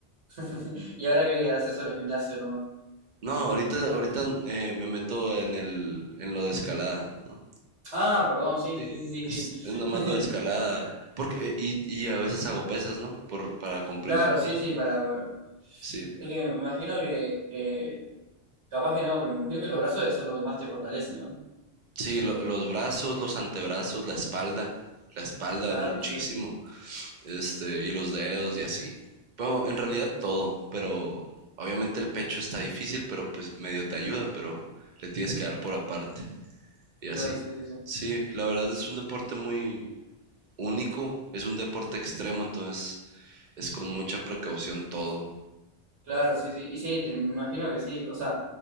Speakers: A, on the right (about 85°); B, on the right (about 45°).
A: <laughs> Y ahora que haces solo gimnasio nomás.
B: No, ahorita, ahorita eh, me meto en el, en lo de escalada, ¿no?
A: Ah, perdón, sí,
B: Sí,
A: sí, sí, sí,
B: es,
A: sí.
B: es nomás
A: <laughs>
B: lo de escalada. Porque, eh, y, y a veces hago pesas, ¿no? Por, para complementar.
A: Claro, sí, sí, para, para-
B: Sí.
A: Es que me imagino que, eh, capaz que no, pero me imagino que los brazos deben ser lo que más te fortalece, ¿no?
B: Sí, lo- los brazos, los antebrazos, la espalda. La espalda
A: Claro,
B: muchísimo.
A: sí,
B: Este, y los dedos y así. Pero en realidad todo. Pero obviamente el pecho está difícil, pero pues medio te ayuda, pero le tienes que dar por aparte. Y
A: claro,
B: así.
A: sí, sí, sí.
B: Sí, la verdad es un deporte muy único. Es un deporte extremo, entonces es con mucha precaución todo.
A: Claro, sí, sí. Y sí, te- me imagino que sí. O sea,